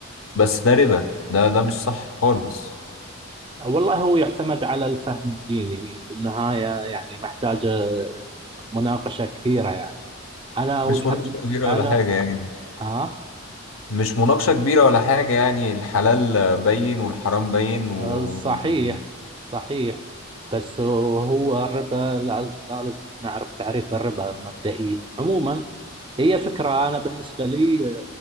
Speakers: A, on the left; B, on the right.
A: بس ده ربا ده ده مش صح خالص
B: والله هو يعتمد على الفهم الديني في النهاية يعني محتاجة مناقشة كثيرة يعني أنا
A: مش
B: وجهة
A: مناقشة كبيرة
B: أنا
A: ولا حاجة يعني
B: ها
A: مش مناقشة كبيرة ولا حاجة يعني الحلال بين والحرام بين
B: آه،
A: و
B: صحيح
A: يعني
B: صحيح بس هو الربا لازم لازم نعرف تعريف الربا مبدئيا عموما هي فكرة أنا بالنسبة لي